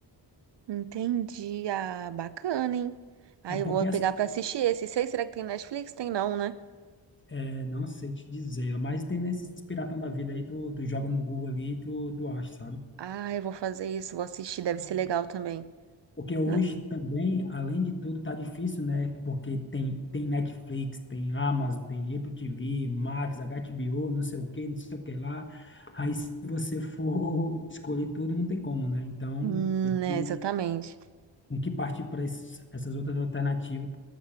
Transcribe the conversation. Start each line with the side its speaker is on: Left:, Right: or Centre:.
Right: Entendi. Ah, bacana, hein? Aí
Left: É porque
Right: eu vou
Left: assim,
Right: pegar pra assistir esse. Sei, será que tem Netflix? Tem não, né?
Left: É, não sei te dizer, mas tem nesses piratão da vida aí, tu, tu joga no Google ali e tu, tu acha, sabe?
Right: Ah, eu vou fazer isso, vou assistir, deve ser legal também.
Left: Porque hoje
Right: Né?
Left: também, além de tudo, tá difícil, né? Porque tem, tem Netflix, tem Amazon, tem Apple TV, Max, HBO, não sei o que, não sei o que lá. Aí se você for <laughs> escolher tudo, não tem como, né? Então
Right: Hum,
Left: tem
Right: é,
Left: que,
Right: exatamente.
Left: tem que partir para essas outras alternativas.